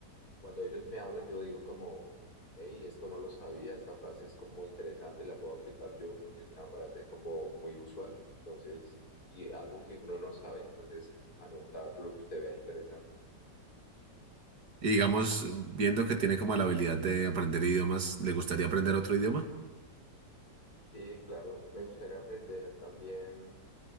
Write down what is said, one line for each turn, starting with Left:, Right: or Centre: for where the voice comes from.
Left: Cuando ellos me hablan, yo digo como, hey, esto no lo sabía, esta frase es como interesante, la puedo aplicar yo porque es una frase como muy usual, entonces, y algo que uno no sabe, entonces anotar lo que usted vea interesante.
Right: Y digamos, viendo que tiene como la habilidad de aprender idiomas, ¿le gustaría aprender otro idioma?
Left: Sí, claro, me gustaría aprender también